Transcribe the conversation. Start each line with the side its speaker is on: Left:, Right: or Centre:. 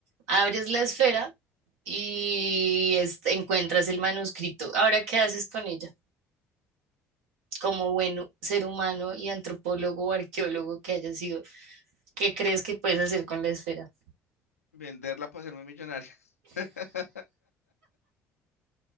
Right: abres la esfera y este, encuentras el manuscrito. Ahora, ¿qué haces con ella? Como bueno ser humano y antropólogo o arqueólogo que hayas sido, ¿qué crees que puedes hacer con la esfera?
Left: Venderla para hacerme millonario. <laughs>